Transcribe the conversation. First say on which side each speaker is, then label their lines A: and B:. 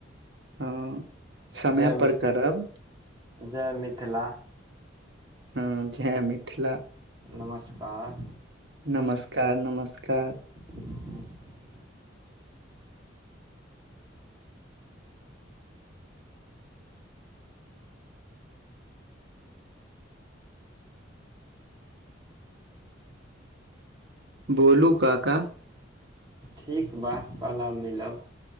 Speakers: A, on the right; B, on the right.
A: हँ समयपर
B: जय मि
A: करब
B: जय मिथिला
A: हँ जय मिथिला
B: नमस्कार
A: नमस्कार नमस्कार
B: ह
A: बोलू काका
B: ठीक वाह काल आब मिलब